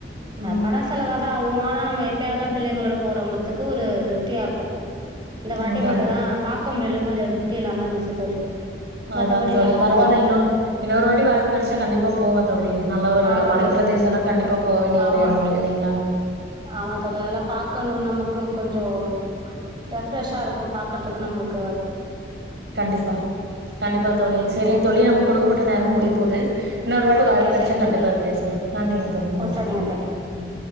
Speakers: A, on the right; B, on the right.
A: ம்
B: பணோ செலவ் ஆவும் ‌ஆனா நம்ம எப்பயாது தா பிள்ளைங்ளோட போறோங்கிறதுக்கு ஒரு விருத்தியா இருக்கு இந்த வாட்டி
A: அதான்
B: மட்டு தா பாக்க முடிலனு கொஞ்சோ திருப்தி இல்லாம இருந்துச்சு தோழி மத்தபடி
A: அதான் ‌ தோழி
B: நல்லா
A: பரவால்ல
B: இருந்தது
A: இன்னொரு இன்னொரு வாட்டி வாய்ப்பு கெடைச்சா கண்டிப்பா போங்க தோழி, நல்ல ஒரு
B: ஆமா
A: மலை
B: தோழி
A: பிரதேச எல்லா கண்டிப்பா போக வேண்டிய
B: ஆமா
A: ஒரு எடங்கள் இல்லைங்களா.
B: ஆமா தோழி அதெல்லா பாக்கணு நமக்கு கொஞ்சோம் ரெஃப்ரெஷ்ஷா இருக்கும் பாக்றதுக்கும் நம்ளுக்கு
A: கண்டிப்பா கண்டிப்பா தோழி சரிங்க தோழி நமக்கு கொடுக்கப்பட்ட நேரமும் முடிய போது இன்னொரு வாட்டி
B: ஓகே
A: வாய்ப்பு கிடைச்சா
B: சரி
A: கண்டிப்பா
B: தோழி
A: பேசுலா நன்றிங்க தோழி நன்றி
B: ஓ சரிங்க தோழி
A: ம்